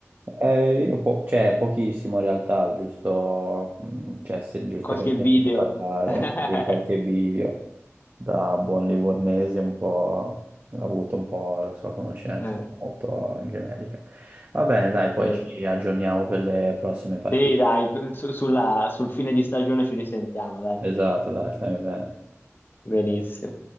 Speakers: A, on the right (about 40°); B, on the left (about 40°).
A: eh, io po- cioè, pochissimo in realtà, giusto, mh, cioè, se- giusto
B: Qualche
A: per sentito
B: video.
A: parlare
B: <laughs>
A: di qualche video da buon livornese, un po' ha avuto un po' la sua conoscenza,
B: Eh,
A: però molto generica. Va bene, dai, poi
B: certo.
A: ci aggiorniamo per le prossime partite.
B: Sì, dai, su- sulla- sul fine di stagione ci risentiamo, dai.
A: Esatto, dai, stai bene.
B: Benissimo.